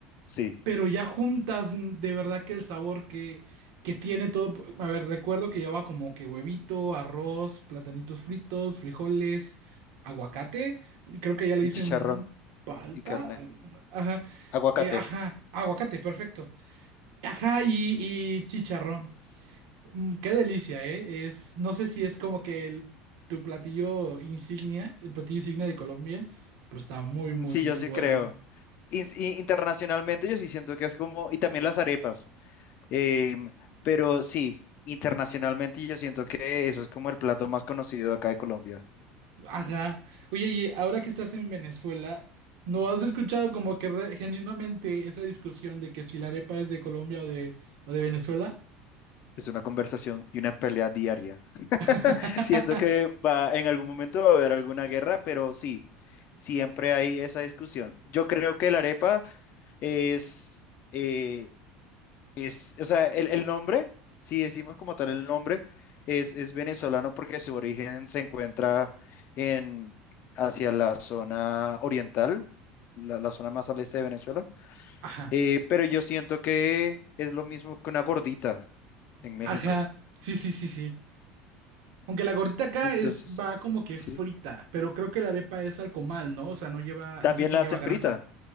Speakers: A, on the left; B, on the right.
A: sí.
B: pero ya juntas, mm, de verdad que el sabor que, que tiene todo, a ver, recuerdo que llevaba como que huevito, arroz, platanitos fritos, frijoles, aguacate, creo que ya le
A: Y
B: dicen
A: chicharrón
B: palta,
A: y carne.
B: mm, ajá.
A: Aguacate.
B: Eh, ajá, aguacate, perfecto. Ajá, y, y chicharrón. Mm, qué delicia, ¿eh? Es, no sé si es como que el, tu platillo insignia, el platillo insignia de Colombia, pero está muy,
A: Mm,
B: muy,
A: Sí,
B: muy
A: yo sí
B: bueno.
A: creo. In- y internacionalmente yo sí siento que es como, y también las arepas. Em, pero sí, internacionalmente yo siento que eso es como el plato más conocido acá de Colombia.
B: Ajá. Oye, y ahora que estás en Venezuela, ¿no has escuchado como que re- genuinamente esa discusión de que si la arepa es de Colombia o de, o de Venezuela?
A: Es una conversación y una pelea diaria. <laughs>
B: <laughs>
A: Siento que va, en algún momento va a haber alguna guerra, pero sí, siempre hay esa discusión. Yo creo que la arepa es, eh, es, o sea, el, el nombre, si decimos como tal el nombre, es, es venezolano porque su origen se encuentra en, hacia la zona oriental, la la zona más al este de Venezuela.
B: Ajá,
A: Eh, pero yo siento que es lo mismo que una gordita en México.
B: ajá. Sí, sí, sí, sí. Aunque la gordita acá
A: Entonces,
B: es, va como que
A: sí.
B: frita, pero creo que la arepa es al comal, ¿no? O sea, no lleva,
A: También
B: no sé si
A: la
B: lleva
A: hacen
B: grasa.
A: frita.